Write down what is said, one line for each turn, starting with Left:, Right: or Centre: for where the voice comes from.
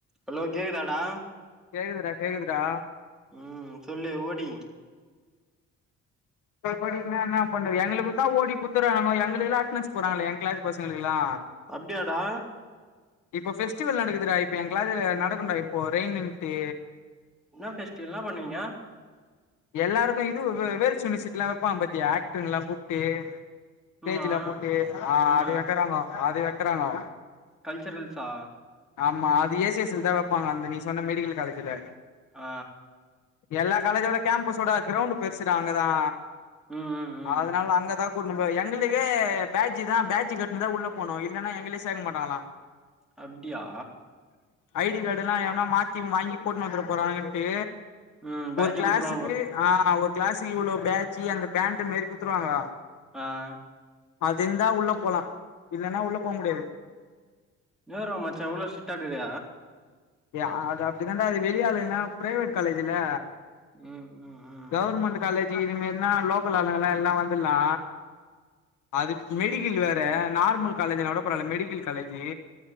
Centre: Hello கேக்குதாடா
Left: கேக்குதுடா கேக்குதுடா
Centre: ம் சொல்லு ஓடி
Left: போய் படினா இன்னா பண்றது எங்களுக்குத்த ஓடி குத்துறானுங்கோ எங்களுக்குல்லா அட்டன்ஸ் போற்றாங்களே என் க்ளாஸ் பசங்களுக்குல்லா
Centre: அப்படியாடா
Left: இப்போ ஃபெஸ்டிவல் நடக்குதுடா இப்ப என் கிளாஸ்ல நடக்கும்டா இப்போ ரெயின்ட்டு
Centre: என்னா பெஸ்டிவல் என்னா பண்ணுவீங்க
Left: எல்லாருக்கு இது வேல்ஸ் யூனிவர்சிட்டில்லா வப்பாங் பத்தியா ஆக்டர்ல்லா கூப்ட்டு ஸ்டேஜ்ல
Centre: ஆமா
Left: போட்டி ஆஹ்
Centre: ஆமா
Left: அது வைக்கறாங்கோ அது வைக்கறாங்கோ
Centre: கல்ச்சுரல்ஸா
Left: ஆமா அது ஏசிஎஸ்ஸில தா வப்பாங்க அந்த நீ சொன்ன மெடிக்கல் காலேஜ்ல
Centre: ஆ
Left: எல்லா காலேஜோட கேம்பஸோட கிரௌண்ட் பெருசுடா அங்கதா
Centre: ம் ம்
Left: அதனால அங்க தா கூட்டுனுப்போய் எங்களுக்கே பேட்ஜு தா பேட்ஜ் கட்டின்தா உள்ள போணு இல்லனா எங்களயே சேக்க மாட்டாங்களா <inaudible>
Centre: அப்டியா
Left: ஐடி கார்டுலா எவனா மாத்தி வாங்கி போட்டுன் வந்துற போறாங்கன்ட்டு
Centre: ம் பேஜ்ஜு
Left: ஒரு கிளாஸுக்கு
Centre: குத்துருவாங்க
Left: ஆ ஒரு கிளாஸுக்கு இவ்ளோ பேஜ்ஜூ அந்த பேண்ட் மாரி குத்துருவாங்க
Centre: ஆ
Left: அது இருந்தா உள்ள போலா இல்லைனா உள்ள போ முடியாது
Centre: நேரோ மச்சான் இவ்ளோ ஸ்ட்ரிட்டாக்குது
Left: ஏ அது அப்டித்தாண்டா அது வெளி ஆளுங்கனா பிரைவேட் காலேஜ்ல
Centre: ம் ம் ம்
Left: கவர்மெண்ட் காலேஜ் இது மாரினா லோக்கல் ஆளுங்க எல்லா வந்துலா அது மெடிக்கல் வேற நார்மல் காலேஜ்னா கூட பரவால்ல மெடிக்கல் காலேஜு